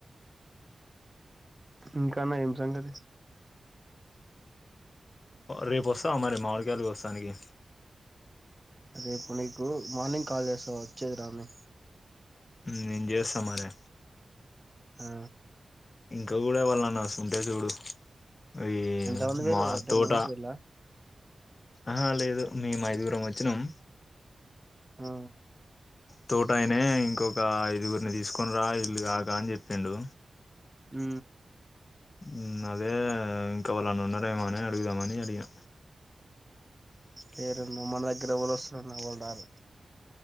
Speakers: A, on the right (about 15°); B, on the left (about 50°).
A: ఇంకాన్నా ఏం సంగతి
B: రేపు వస్తావ మరి మామిడిగాయలు కోస్తానికి
A: రేపు నీకు మార్నింగ్ కాల్ చేస్తా వచ్చేది రాంధీ
B: నింజేస్తమరే
A: ఆ
B: ఇంకా గుడా వాళ్ళ న వస్తు ఉంటే చూడు అయ్యి ఈ
A: ఎంతమంది పోయిల్లు
B: మా
A: టెన్
B: తోట
A: మెంబర్స్ పోయిల్లా
B: ఆ లేదు మేము ఐదుగురం వచ్చినాం
A: ఆ
B: తోటయినే ఇంకొక ఐదుగురిని తీసుకొని రా ఇల్లు గాక అని చెప్పిండు
A: ఉ
B: హ్మ్ అదే ఇంకోవళ్ళన్నన్నరేమనే అడుగుదామ అని అడిగిన
A: లేరన్న మన దగ్గర ఎవలోస్తరన్నా ఎవరార్